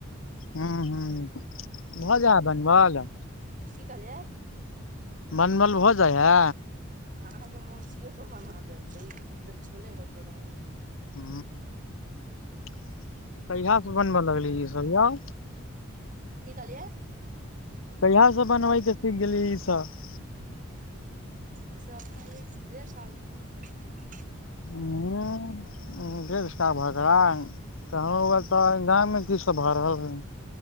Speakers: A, on the left; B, on the right.
A: हू हू भऽ जायय बनबल
B: की कहलियै।
A: बनवल भऽ जाइया
B: अहाँके मौसीयो कऽ बना देब त ई छोला भटूरा
A: हू कहिया सऽ बनबऽ लगले ई सब आौ
B: की कहलियऐै।
A: कहिया सऽ बनबैके सीख गेलियै ईसब।
B: ई सब अपना एक देढ़ साल भऽ जादम
A: हूँ डेढ़ साह भऽ गेल कहु तऽ गाम मे की सब भऽ रहल हे